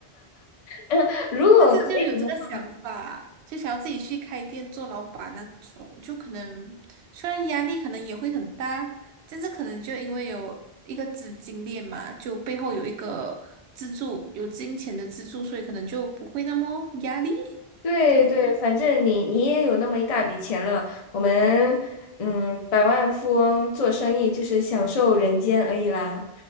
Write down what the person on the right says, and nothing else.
但是就有这个想法，就想要自己去开店做老板那种，就可能虽然压力可能也会很大，但是可能就因为有一个资金链嘛，就背后有一个资助，有金钱的资助，所以可能就不会那么压力。
对。